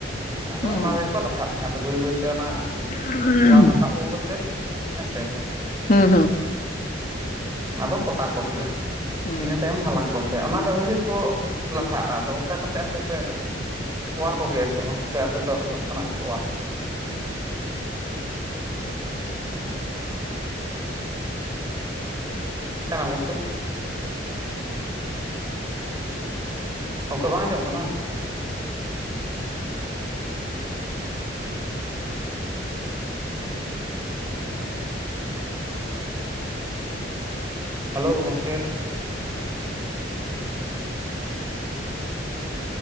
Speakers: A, on the right (about 20°); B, on the left (about 45°).
A: ᱟᱫᱚ
B: ᱦᱩᱸ
A: ᱚᱱᱟ ᱨᱮᱜᱮ ᱠᱚ ᱞᱟᱴᱷᱟᱜ ᱛᱟᱦᱮᱸ ᱟᱫᱚ ᱵᱟᱹᱭ ᱵᱟᱹᱭᱛᱮ ᱚᱱᱟ
B: ᱦᱩᱸ
A: ᱚᱣᱟᱨ ᱨᱟᱠᱟᱵ ᱟᱹᱜᱩ ᱠᱟᱛᱮᱫ ᱦᱮᱸ ᱥᱮ?
B: ᱦᱩᱸ ᱦᱩᱸ
A: ᱟᱫᱚ ᱠᱚᱴᱟ ᱠᱚ ᱦᱩᱭᱩᱜᱼᱟ᱾
B: ᱦᱩᱸ
A: ᱤᱱᱟᱹ ᱛᱟᱭᱚᱢ ᱦᱟᱞᱟᱝ ᱠᱚ ᱛᱮ ᱚᱱᱟ ᱫᱚ ᱵᱷᱟᱹᱜᱮ ᱠᱚ ᱞᱟᱴᱷᱟᱜᱼᱟ ᱟᱫᱚ ᱚᱱᱠᱟ ᱠᱟᱛᱮᱫ ᱟᱯᱮ ᱯᱮ ᱚᱣᱟᱨ ᱠᱚᱜᱮᱭᱟ ᱥᱮ ᱵᱟᱝ ᱥᱮ ᱟᱯᱮ ᱫᱚ ᱞᱚᱥᱚᱫ ᱠᱷᱚᱱᱟᱜ ᱜᱮᱯᱮ ᱚᱣᱟᱨ ᱠᱚᱣᱟ ᱚᱠᱟᱭᱮᱱᱟᱢ ᱜᱚᱝᱠᱮ? ᱜᱚᱝᱠᱮ ᱵᱟᱝ ᱟᱸᱡᱚᱢᱚᱜ ᱠᱟᱱᱟ? ᱦᱮᱞᱳ ᱜᱚᱝᱠᱮ᱾